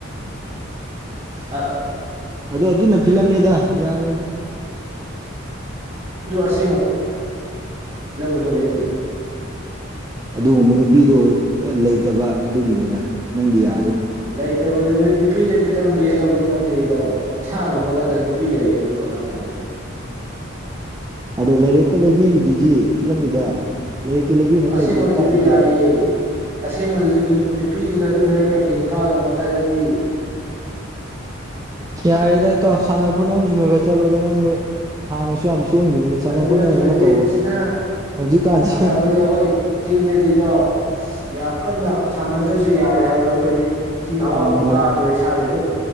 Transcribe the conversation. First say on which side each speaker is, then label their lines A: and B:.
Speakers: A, on the right (about 35°); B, on the right (about 20°).
A: ꯎꯝ
B: ꯑ ꯑꯗꯨꯅ ꯐꯤꯂꯝꯅꯦꯗ ꯌꯥꯔꯣꯏꯗ
A: ꯁꯤꯝ ꯄꯨꯊꯣꯔꯛꯏꯗꯨ
B: ꯑꯗꯨꯒꯨꯝꯕ ꯅꯨꯄꯤꯗꯣ ꯂꯩꯇꯕ ꯑꯗꯨꯒꯤꯅꯤꯗ ꯅꯪꯗꯤ ꯌꯥ
A: ꯂ ꯂꯩ ꯇꯕ ꯅꯨꯄꯤꯗ ꯈꯤꯇꯪ ꯕꯦꯁ ꯇꯧꯗꯧ ꯅꯠꯇꯦ ꯇꯧ ꯏꯁꯁꯨ ꯍꯣꯠꯅꯗꯅ ꯅꯨꯄꯤ ꯂꯩꯌꯦꯅꯕꯨ ꯀꯃꯥꯏꯅ ꯌꯥꯗꯒꯦ
B: ꯑꯗꯣ ꯂꯥꯏꯔꯛꯀ ꯂꯩꯕꯤꯔꯤꯗꯨꯗꯤ ꯐꯤꯂꯝꯗꯨꯗ ꯂꯥꯏꯔꯤꯛꯇꯨ ꯂꯩꯕꯤꯅꯕ
A: ꯑ ꯑꯁꯦꯡꯕꯗꯨꯁꯨ
B: ꯂꯩꯇꯗꯤ ꯀꯥꯏꯗꯒꯤ
A: ꯌꯥꯏꯌꯦ ꯑꯁꯦꯡꯕꯗꯨꯁꯨ ꯅꯨꯄꯤꯗꯨꯅ ꯑꯗꯨꯝ ꯂꯩꯔꯛꯀꯅꯤ ꯅꯨꯄꯥꯗꯨꯅ ꯍꯣꯠꯅꯔꯗꯤ
B: ꯌꯥꯗ ꯇꯣꯐ ꯁꯅ ꯍꯣꯠꯅꯕꯁꯨ ꯈꯔ ꯈꯔ ꯆꯠꯂꯣꯗ ꯅꯪꯗꯣ ꯍꯥꯟꯅꯁꯨ ꯌꯥꯝ ꯁꯣꯟꯈꯤꯕꯅꯤ ꯁꯥꯟꯅ
A: ꯑꯗꯨ
B: ꯈꯣꯠꯅꯅ
A: ꯅꯠꯇ꯭ꯔꯗꯤ
B: ꯈꯔ ꯇꯧꯋꯣ
A: ꯏꯁꯅ
B: ꯍꯧꯖꯤꯛꯀꯥꯟꯁꯦ
A: ꯁꯥꯟꯅꯕꯗꯤ ꯑꯩꯈꯣꯏ ꯆꯤꯡꯗꯗꯤ ꯇꯥꯎ ꯌꯥꯝ ꯀꯟꯅ ꯁꯥꯟꯅꯗ꯭ꯔꯁꯨ ꯌꯥꯔꯦ ꯍꯥꯏꯕ ꯑꯩꯈꯣꯏꯗꯤ ꯆꯤꯡ ꯑꯋꯥꯡꯕ
B: ꯎꯝ
A: ꯀꯥꯕꯗ ꯏꯁꯥꯥꯁ ꯑꯗꯨꯝ